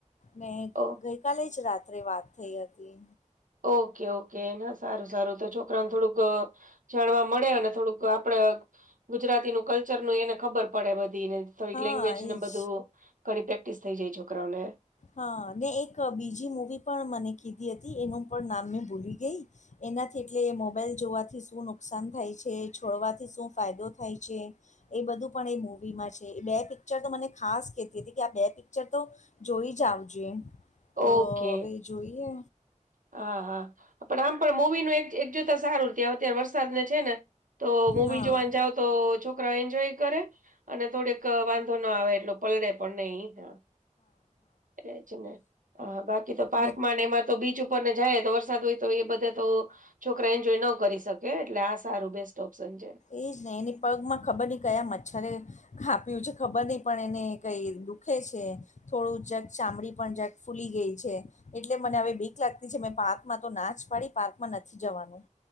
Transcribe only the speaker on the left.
ને
કંઈક કાલે જ રાત્રે વાત થઈ હતી.
હા
એ
જ
હા ને એક બીજી મૂવી પણ મને કીધી હતી એનું પણ નામ મેં ભૂલી ગઈ. એનાથી એટલે મોબાઈલ જોવાથી શું નુકસાન થાય છે, છોડવાથી શું ફાયદો થાય છે એ બધું પણ એ મુવી માં છે એ બે પિક્ચર તો મને ખાસ કેતી હતી કે આ બે પિક્ચર તો જોઈ જ આવજો, તો
હવે જોઈએ
હા
બી
એ જ નહી એની પગમાં ખબર નહીં કયા મચ્છરે કાપ્યું છે ખબર નહીં પણ એને કંઈ દુ ખે છે થોડું જક ચામડી પણ જક ફૂલી ગઈ છે. એટલે મને હવે બીક લાગતી છે મેં પાર્કમાં તો નાચ પાડી પાર્કમાં નથી જવાનું.